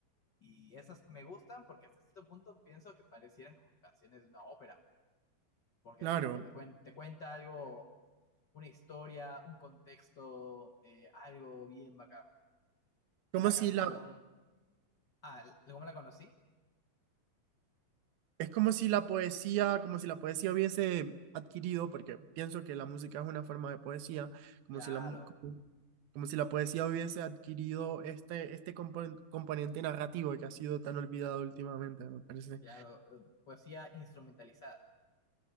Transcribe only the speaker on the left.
Y esas me gustan porque hasta cierto punto pienso que parecieran como canciones de una ópera, porque
es como que te, cuen- te cuenta algo, una historia, un contexto, eh, algo bien bacán.
Una
canción,
ah, ¿cómo la conocí?
Claro,
claro, eh, poesía instrumentalizada,